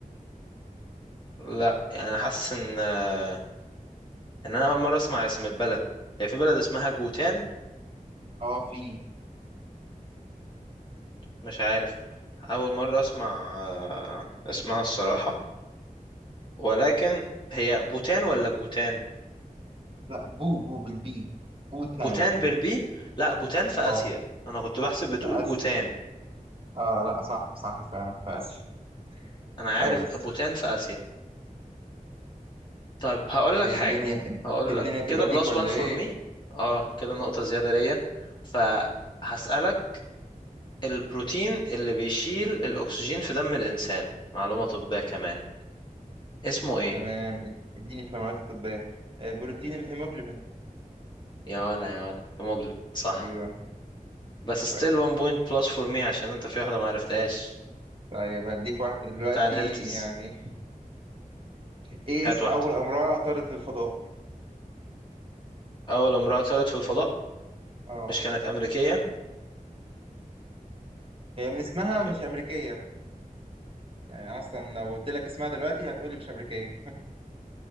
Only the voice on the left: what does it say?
لا يعني أنا
حاسس ان آه، ان انا اول مره اسمع اسم البلد هي في بلد اسمها جوتان
مش عارف أول مرة أسمع آه، اسمها الصراحة ولكن هي بوتان ولا جوتان
بوتان بالبي لا بوتان في
آسيا أنا كنت بحسب بتقول
جوتان
أنا
عارف بوتان في آسيا طيب هقول
لك حاجة
هقول
لك
كده بلس
وان فور
مي اه كده نقطة زيادة ليا فهسألك البروتين اللي بيشيل الأكسجين في دم الإنسان معلومة طبية كمان اسمه إيه
يا ولا يا ولا يا مجلب صح
بس
still one point plus for me عشان انت في واحدة ما عرفتهاش
بتاع الهرتز
هات
واحدة
أول امرأة طلعت في الفضاء
مش كانت أمريكية
كان-